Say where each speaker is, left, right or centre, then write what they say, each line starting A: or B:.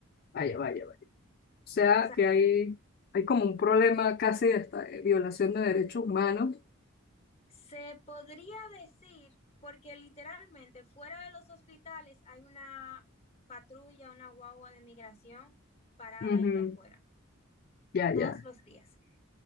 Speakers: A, on the left; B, on the left.
A: vaya, vaya, vaya. O sea,
B: O sea,
A: que hay, hay como un problema casi hasta de esta eh, violación de derechos humanos.
B: se podría decir, porque literalmente fuera de los hospitales hay una patrulla, una guagua de migración parada
A: Ujú,
B: ahí afuera
A: Ya, ya.
B: todos los días.